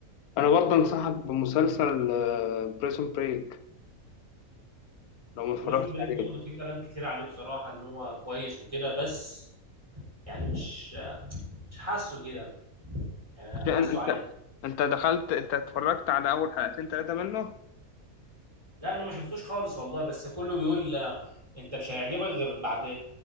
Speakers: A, on the left; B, on the right.
A: انا برضه انصحك بمسلسل بريسون بريك لو ما اتفرجتش
B: بريزون بريك
A: عليه
B: برضو في كلام كتير عليه بصراحة إن هو كويس وكده بس يعني مش مش حاسه كده يعني
A: عشان
B: حاسه
A: انت
B: عادي
A: انت دخلت انت اتفرجت على اول حلقتين ثلاثه منه
B: لا انا ما شفتوش خالص والله بس كله بيقول آه، انت مش هيعجبك غير بعد